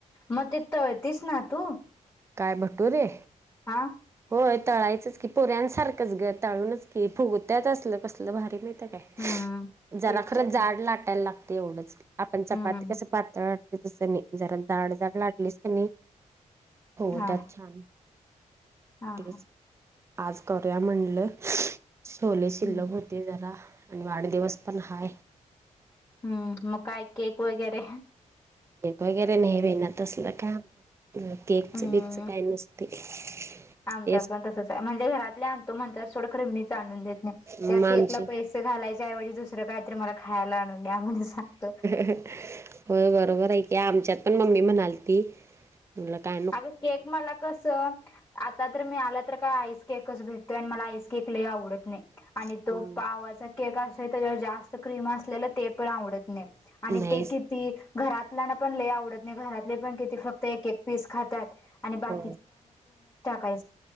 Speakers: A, on the left (about 20°); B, on the right (about 20°).
A: मग तिथ तरतीस ना तू
B: काय भटूरे
A: हा
B: होय तळायचंच की पोऱ्यांसारखंच घ तळूनच की फुगुत्याच असलं कसलं भारी मात काय
A: हम्म
B: जरा
A: तेच
B: खरं
A: की
B: जाड लाटायला लागत एवढंच आपण
A: हम्म
B: चपाती कसं पातळ लाटते तसं नाही जरा जाड जाड लाटलीस त नाही हो
A: हा
B: त्यात छान
A: हा
B: तेच
A: हा
B: आज कर्या म्हणलं छोले शिल्लो
A: हम्म
B: म्ह ते जरा आणि वाढदिवस पण हाय
A: हम्म मकाय केक वगैरे
B: बक वगैरे नाही भेनात असलं का केकच
A: हम्म
B: बीकच काही नसते
A: आमच्यात
B: तेच
A: पण तसच आहे म्हणजे घरातले आणतो म्हणज थोडं खरे मीच आणून देत नाही
B: मग
A: त्या
B: आमची
A: केकला पैसे घालायच्याऐवजी दुसर काहीत्री मला खायला आणून द्याण सांगत.
B: ह होय बरोबर ऐक आमच्यात पण मम्मी म्हणाल ती म काय
A: अग केक म अग कस आता तर मी आला तर काय आईस केकच भेटतोय आणि मला आईस केक ल आवडत नाही. आणि
B: हम्म
A: तो पावाचा केक असे त्याच्यावर जास्त क्रीम असलेला ते पण आवडत नाही आणि
B: नाहीच.
A: ते किती घरातल्या ना पण ले आवडत नाही घरातले पण किती फक्त एक एक बा
B: हो.
A: का